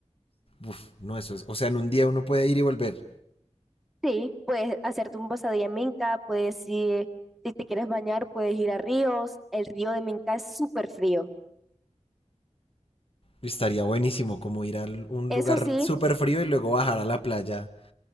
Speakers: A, on the left; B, in the centre.
A: Uf, no, eso es. O sea, en un día uno puede ir y volver.
B: Sí, puedes hacerte un pasadía en Minca, puedes ir, si te quieres bañar, puedes ir a ríos, el río de Minca es súper frío.
A: Estaría buenísimo como ir a un
B: Eso
A: lugar
B: sí,
A: súper frío y luego bajar a la playa